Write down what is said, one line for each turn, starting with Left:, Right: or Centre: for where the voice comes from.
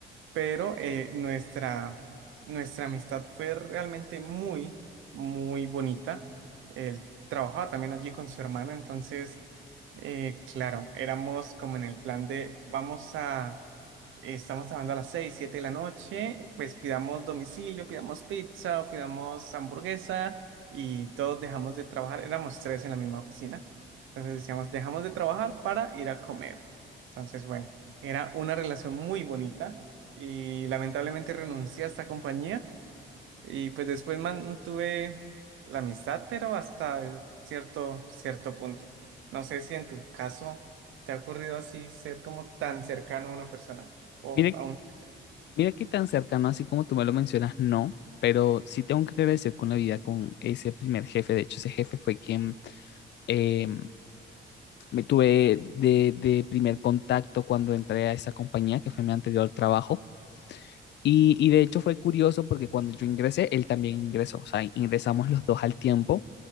Right: pero eh, nuestra, nuestra amistad fue realmente muy, muy bonita. Él trabajaba también allí con su hermana, entonces, eh, claro, éramos como en el plan de vamos a, estamos trabajando a las 6 7 de la noche, pues pidamos domicilio, pidamos pizza, o pidamos hamburguesa y todos dejamos de trabajar, éramos tres en la misma oficina, entonces decíamos, dejamos de trabajar para ir a comer. Entonces, bueno, era una relación muy bonita y lamentablemente renuncié a esta compañía y pues después mantuve la amistad, pero hasta cierto, cierto punto. No sé si en tu caso te ha ocurrido así ser como tan cercano a una persona o
Left: Mire,
Right: a un...
Left: mira qué tan cercano, así como tú me lo mencionas, no, pero sí tengo que agradecer con la vida con ese primer jefe. De hecho, ese jefe fue quien eh, me tuve de, de primer contacto cuando entré a esa compañía, que fue mi anterior trabajo. Y, y de hecho fue curioso porque cuando yo ingresé, él también ingresó, o sea, ingresamos los dos al tiempo